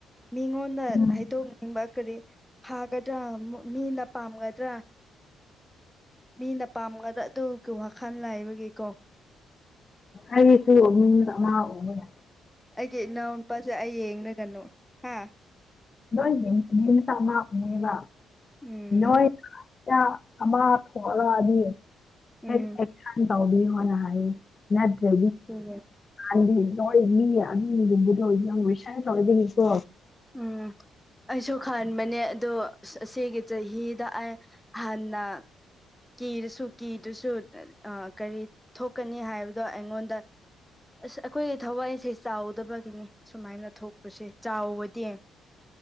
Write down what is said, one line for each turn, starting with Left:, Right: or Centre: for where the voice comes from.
Centre: ꯃꯤꯉꯣꯟꯗ
Left: ꯎꯝ
Centre: ꯍꯥꯏꯗꯣꯛꯅꯤꯡꯕ ꯀꯔꯤ ꯍꯥꯏꯗ꯭ꯔꯥ ꯃꯤꯟ ꯄꯝꯒꯗ꯭ꯔ ꯃꯤꯅ ꯄꯥꯝꯒꯗ꯭ꯔ ꯑꯗꯨꯒꯤ ꯋꯥꯈꯜ ꯂ ꯍꯥꯏꯕꯒꯤꯀꯣ
Left: ꯑꯩꯁꯨ ꯃꯤ ꯑꯃ ꯑꯣꯏꯕ
Centre: ꯑꯩꯒꯤ ꯏꯅꯥꯎꯅꯨꯄꯥꯁꯦ ꯑꯩ ꯌꯦꯡꯅꯒꯅꯨ ꯍꯥ
Left: ꯅ ꯅꯅꯤꯝ ꯁ ꯃꯥꯅꯦꯕ
Centre: ꯎꯝ
Left: ꯅ ꯑꯥ ꯐꯅ ꯑꯗꯤ ꯍ
Centre: ꯎꯝ
Left: ꯧ ꯋꯥꯅ ꯅꯠꯇ
Centre: ꯑꯗꯨꯒ
Left: ꯂ ꯃꯤ ꯑꯗꯨꯝꯨꯝꯕꯨꯗ ꯑꯣꯏꯗꯤꯣꯏꯁꯥꯏ ꯇꯧꯔꯗꯤꯀꯣ
Centre: ꯎꯝ ꯑꯩꯁꯨ ꯈꯟꯕꯅꯦ ꯑꯗꯣ ꯑꯁꯤꯒꯤꯒꯤ ꯆꯍꯤꯗ ꯑꯩ ꯍꯥꯟꯅ ꯀꯤꯔꯁꯨ ꯀꯤꯗ꯭ꯔꯁꯨ ꯀꯔꯤ ꯊꯣꯛꯀꯅꯤ ꯍꯥꯏꯕꯗꯣ ꯑꯩꯉꯣꯟꯗ ꯑꯁ ꯑꯩꯈꯣꯏꯒꯤ ꯊꯋꯥꯏꯁꯦ ꯆꯥꯎꯗꯕꯒꯤꯅꯤ ꯁꯨꯃꯥꯏꯅ ꯊꯣꯛꯄꯁꯦ ꯆꯥꯎꯕꯗꯤ